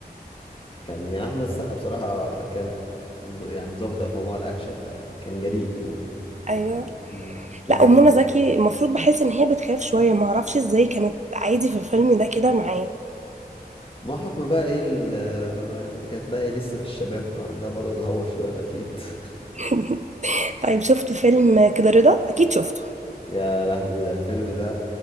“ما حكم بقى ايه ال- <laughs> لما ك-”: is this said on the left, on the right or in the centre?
Left